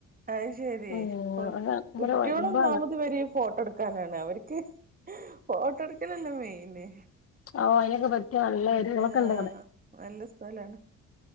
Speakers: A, on the right; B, on the left.
A: അത് ശരി
B: ഉം
A: അ
B: അത് ഭയങ്കര
A: കുട്ടികള്
B: വൈബാണ്
A: ഒന്നാമത് ഇവരീ ഫോട്ടോ ഇട്ക്കാനാണ് അവർക്ക് ഫോട്ടോടുക്കലല്ലേ മെയ്ന്
B: ആ അതിനൊക്കെ പറ്റിയ നല്ല ഏരിയകളൊക്കെ
A: ആ
B: ഉണ്ട് അവിടെ
A: നല്ല സ്ഥലാണ്